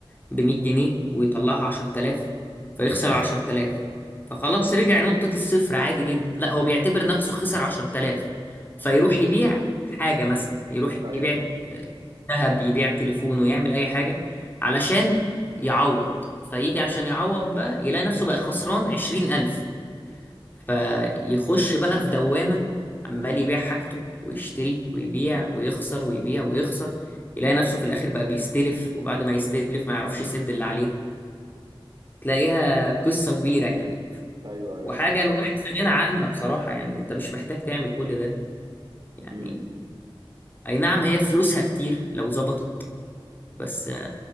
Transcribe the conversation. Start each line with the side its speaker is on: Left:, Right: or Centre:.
Left: ب 100 جنيه ويطلعها 10000 فيخسر 10000 فخلاص رجع نقطة الصفر عادي جدا لا هو بيعتبر نفسه خسر 10000 فيروح يبيع حاجة مثلا يروح
Right: ايوه
Left: يبيع ذهب يبيع تليفونه يعمل اي حاجه علشان يعوض فيجي عشان يعوض بقى يلاقي نفسه بقى خسران عشرين ألف فيخش بقى في دوامة عمال يبيع حاجته ويشتري ويبيع ويخسر ويبيع ويخسر يلاقي نفسه في الآخر بقى بيستلف وبعد ما يستلف ما يعرفش يسد اللي عليه تلاقيها قصة كبيرة يعني
Right: ايوه ايوه
Left: وحاجة
Right: صح
Left: الواحد في غنى عنها بصراحة يعني انت مش محتاج تعمل كل ده يعني
Right: امم
Left: اي نعم هي فلوسها كتير لو ظبطت بس